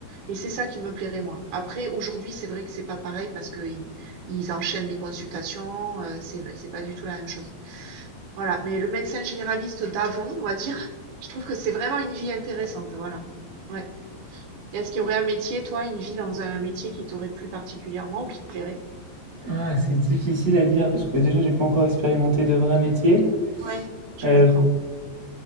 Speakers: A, on the right (about 65°); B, on the right (about 30°).
A: Et c'est ça qui me plairait, moi. Après, aujourd'hui, c'est vrai que c'est pas pareil parce que il- ils enchaînent les consultations, euh, c'est c'est pas du tout la même chose. Voilà, mais le médecin généraliste d'avant, on va dire, <laughs> je trouve que c'est vraiment une vie intéressante, voilà. Ouais. Et Est-ce qu'il y aurait un métier, toi, une vie dans un métier qui t'aurait plu particulièrement ou qui te plairait?
B: Ah, c'est difficile à dire parce que bah, déjà, j'ai pas encore expérimenté de vrai métier.
A: Ouais, je
B: Euh,
A: comprends.